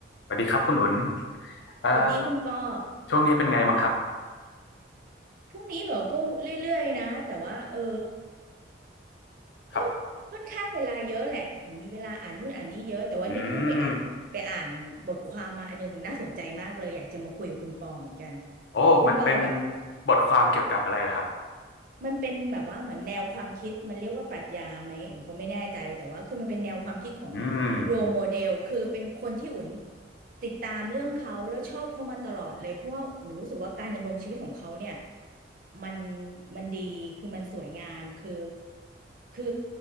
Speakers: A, on the left (about 65°); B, on the right (about 45°).
A: สวัสดีครับคุณหนุนเอ่อ
B: สวัสดีคุณปอ
A: ช่วงนี้เป็นไงบ้างครับ
B: ช่วงนี้เหรอก็เรื่อยๆนะแต่ว่าเออ
A: ครับ
B: ก็ค่อนข้างเวลาเยอะแหละถึงมีเวลาอ่านนู่นอ่านนี่เยอะแต่ว่าเนี่ยเพิ่งไปอ่านไปอ่านบทความมาอันนึงน่าสนใจมากเลยอยากจะมาคุยกับคุณปอเหมือนกัน
A: อืมโอ้มันเป็น
B: คุณปอแบบ
A: บทความเกี่ยวกับอะไรเหรอครับ
B: มันเป็นแบบว่าเหมือนแนวความคิดมันเรียกว่าปรัชญาไหมอุ่นก็ไม่แน่ใจแต่ว่าคือมันเป็นแนวความคิดของ
A: อืม
B: โร m โมเดลคือเป็นคนที่อุ่นติดตามเรื่องเขาแล้วชอบเขามาตลอดเลยเพราะว่าอุ่นรู้สึกว่าการดำรงชีวิตของเขาเนี่ยมันมันดีคือมันสวยงามคือคือ